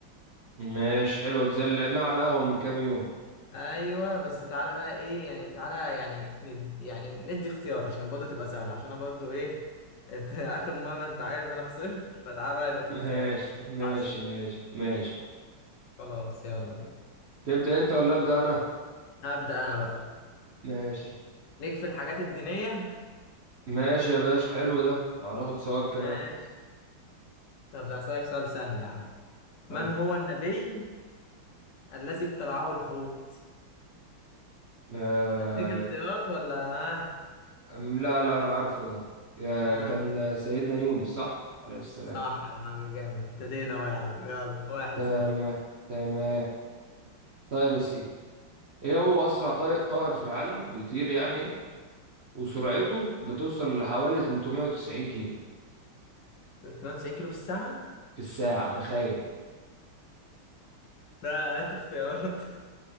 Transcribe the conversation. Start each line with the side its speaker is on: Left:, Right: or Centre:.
Right: ماشي حلوة دي زي اللي لعبناها على القهوة من كام يوم
Left: ايوه بس تعالى بقى ايه يعني تعالى يعني ند يعني ندي اختيارات عشان برضه تبقى سهله عشان انا برضه ايه <laughs> إنت اخر مره انت عارف انا خسرت فتعالى بقى يبقى
Right: <laughs>
Left: في
Right: ماشي
Left: اختيارات
Right: ماشي
Left: عسل
Right: ماشي ماشي
Left: خلاص يلا بينا
Right: تبدأ أنت ولا أبدأ أنا؟
Left: هبدا انا بقى
Right: ماشي
Left: ليك في الحاجات الدينيه
Right: ماشي يا باشا حلو ده هناخد ثواب كمان
Left: ماشي طب هسألك سؤال سهل يا عم
Right: قولي
Left: من هو النبي الذي ابتلعه الحوت
Right: آه
Left: اديك اختيارات ولا اه
Right: أم لا لا أنا عارفه ده يا-
Left: اه
Right: كان سيدنا يونس صح عليه السلام
Left: صح يا عم جامد ابتدينا اهو يا عم يلا واحد
Right: تمام
Left: صفر
Right: تمام طيب يا سيدي إيه هو أسرع طي- طائر في العالم بيطير يعني وسرعته بتوصل لحوالي 390 كيلو
Left: 390 كيلو في الساعة
Right: في الساعة تخيل
Left: لا هات اختيارات <laughs>